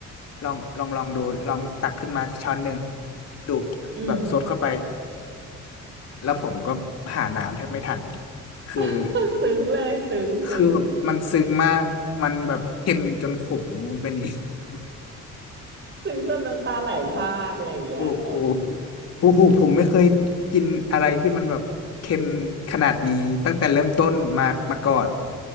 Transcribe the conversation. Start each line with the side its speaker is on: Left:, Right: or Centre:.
Left: ลองลองลองดูลองตักขึ้นมาช้อนหนึ่งดู
Right: อืม
Left: แบบซดเข้าไปแล้วผมก็หาน้ำแทบไม่ทัน
Right: <laughs>
Left: คือ
Right: ซึ้งเลยซึ้งซึ้ง
Left: คือแบบมันซึ้งมากมันแบบเค็มจนขมเป็นอย่างนี้ <laughs>
Right: ซึ้งจนน้ำตาไหลพรากอะไรอย่างเงี้ยแบบ
Left: โอ้โหโอ้โหผมไม่เคยกินอะไรที่มันแบบเค็มขนาดนี้ตั้งแต่เริ่มต้นมามาก่อน